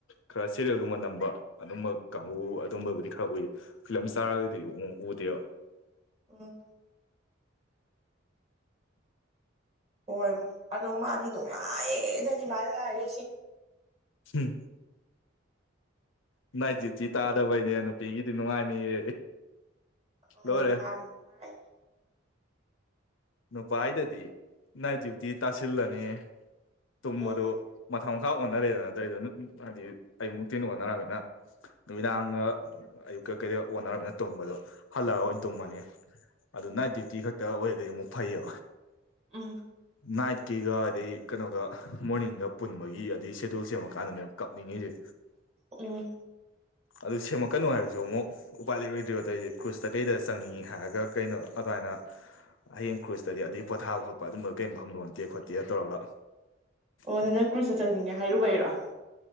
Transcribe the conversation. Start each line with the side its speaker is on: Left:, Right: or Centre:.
Left: ꯈꯔꯦ ꯁꯤꯦꯜꯒꯨꯝꯕ ꯅꯝꯕ ꯑꯗꯨꯝꯕ ꯀꯥꯡꯕꯨ ꯑꯗꯨꯝꯕꯕꯨꯗꯤ ꯈꯔ ꯎꯏꯌꯦ ꯐꯤꯂꯝ ꯆꯥꯔꯒꯗꯤ ꯑꯃꯨꯛ ꯎꯗꯦꯕ
Right: ꯑꯣ ꯍꯣꯏ ꯑꯗꯣ ꯃꯥꯗꯤ ꯅꯨꯡꯉꯥꯏꯌꯦꯗꯗꯤ ꯃꯥꯅ ꯍꯥꯏꯔꯨꯁꯤ
Left: ꯎꯝ ꯅꯥ ꯖꯤꯇꯤ ꯇꯥꯗꯕꯩꯅꯦ ꯅꯨꯄꯤꯒꯤꯗꯤ ꯅꯨꯡꯉꯥꯏꯅꯤꯌꯦ
Right: ꯑꯣ
Left: ꯂꯣꯏꯔꯦ
Right: ꯃꯔꯤꯅꯨꯡꯉ
Left: ꯅꯨꯄꯥ ꯑꯩꯗꯗꯤ ꯅꯥꯏꯠ ꯗ꯭ꯌꯨꯇꯤ ꯇꯥꯁꯤꯜꯂꯅꯤ ꯇꯨꯝꯕꯗ
Right: ꯎꯝ
Left: ꯊꯈꯥ ꯑꯣꯟꯅꯔꯦꯗꯅ ꯑꯗꯨꯠꯇ꯭ꯔꯏꯗ ꯍꯥꯏꯗꯤ ꯑꯌꯨꯛ ꯅꯨꯡꯇꯤꯟ ꯑꯣꯟꯅꯔꯃꯤꯅ ꯅꯨꯃꯤꯗꯥꯡꯒ
Right: ꯎꯝ
Left: ꯑꯌꯨꯛꯀ ꯀꯩꯗ ꯑꯣꯅꯔꯃꯦꯅ ꯇꯨꯝꯕꯗꯣ ꯍꯜꯂꯛꯑꯒ ꯑꯣꯏꯅ ꯇꯨꯝꯃꯅꯤ ꯑꯗꯨ ꯅꯥꯏꯠ ꯗ꯭ꯌꯨꯇꯤ ꯈꯛꯇ ꯑꯣꯏ ꯑꯗꯨꯗꯒꯤ ꯑꯃꯨꯛ ꯐꯩꯌꯦ
Right: ꯎꯝ
Left: ꯅꯥꯏꯠ ꯀꯀꯤꯒ ꯑꯗꯩ ꯀꯩꯅꯣꯒ ꯃꯣꯔꯅꯤꯡꯒ ꯄꯨꯟꯕꯒꯤ ꯑꯗꯩ ꯁꯦꯗꯨꯜ ꯁꯦꯝꯃꯀꯥꯟꯗꯅꯦꯕ ꯀꯞꯅꯤꯡꯉꯁꯦ
Right: ꯎꯝ
Left: ꯑꯗꯨ ꯁꯦꯝꯃꯛꯀꯅꯨ ꯍꯥꯏꯔꯁꯨ ꯑꯃꯨꯛ ꯎꯄꯥꯏ ꯂꯩꯔ ꯑꯣꯏꯗ꯭ꯔꯤꯕꯣ ꯑꯇꯩꯩꯗꯤ ꯀ꯭ꯔꯨꯖꯇ ꯀꯩꯗ ꯆꯪꯅꯤꯡꯏꯤ ꯍꯥꯏꯔꯒ ꯀꯩꯅꯣ ꯑꯗꯨꯃꯥꯏꯅ ꯍꯌꯦꯡ ꯀ꯭ꯔꯨꯖꯇꯗꯤ ꯑꯗꯨꯒꯤ ꯄꯣꯊꯥꯕ ꯈꯣꯠꯄ ꯑꯗꯨꯝꯕ ꯀꯩꯝ ꯃꯐꯝ ꯂꯣꯟꯇꯦ ꯈꯣꯠꯇꯦ ꯇꯧꯔꯒ
Right: ꯑꯣ
Left: ꯍꯥꯏꯗꯤ
Right: ꯅꯪ ꯀ꯭ꯔꯨꯁꯇ ꯆꯠꯅꯤꯡꯉꯦ ꯍꯥꯏꯔꯨꯕ ꯍꯥꯏꯔꯛꯑꯣ